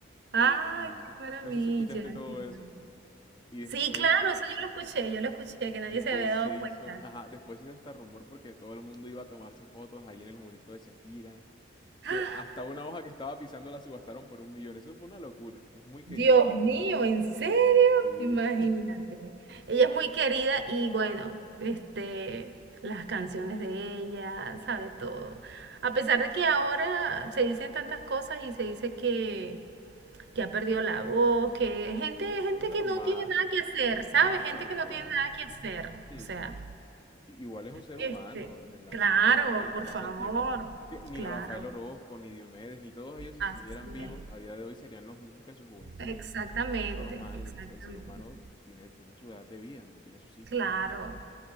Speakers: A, on the right; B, on the left.
A: ah,
B: Y
A: ay, qué maravilla,
B: no sé si escuchaste todo
A: qué maravilla.
B: eso. Y
A: Sí,
B: después...
A: claro, eso yo lo escuché, yo lo escuché, que nadie
B: Después
A: se había dado
B: se hizo,
A: cuenta.
B: ajá, después se hizo hasta rumor porque todo el mundo iba a tomarse fotos ahí en el murito de Shakira, que
A: ¡Ah!
B: hasta una hoja que estaba pisando la subastaron por un millón. Eso fue una locura, es muy querida.
A: Dios mío, ¿en serio?
B: Sí.
A: Imagínate.
B: <laughs>
A: Ella es muy querida y bueno, este, las canciones de ella, sabe todo. A pesar de que ahora se dicen tantas cosas y se dice que que ha perdido la voz, que gente, gente
B: Es normal,
A: que no tiene nada que hacer, ¿sabes?
B: es normal
A: Gente que
B: igual.
A: no tiene nada que hacer.
B: Sí,
A: O sea,
B: sí, sí. I- Igual es un ser
A: este,
B: humano, entendamos
A: claro,
B: que pues pasa el,
A: por
B: pasa
A: favor,
B: el tiempo. Es que ni
A: claro,
B: Rafael Orozco, ni Diomedes, ni todos ellos si
A: así
B: siguieran vivos
A: es.
B: a día de hoy serían los mismos que en su juventud.
A: Exactamente,
B: Es normal,
A: exactamente.
B: el, el ser humano tiene, tiene su edad de vida, no tiene su ciclo.
A: Claro.